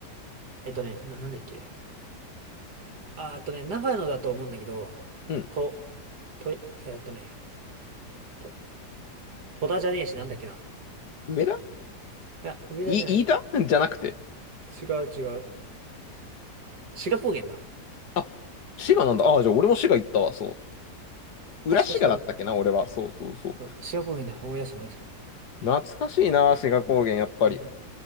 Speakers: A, on the right; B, on the left.
A: えっとね、な、なんだっけ。あ、あとね、長野だと思うんだけど、
B: うん。
A: と、と、えっとね、と、戸田じゃねえし、なんだっけな。
B: 上田
A: いや、上田じゃない。
B: い、飯田うんじゃなくて。
A: 違う違う。志賀高原だ。
B: あ、滋賀なんだ。あ、じゃあ俺も滋賀行ったわ、そう。
A: 確か志賀、
B: 裏滋賀だったっけな、
A: うん
B: 俺は。そうそうそう。
A: 志賀高原だ。思い出した思い出した。志
B: 懐かしいな、滋賀高原、やっぱり。
A: 賀高原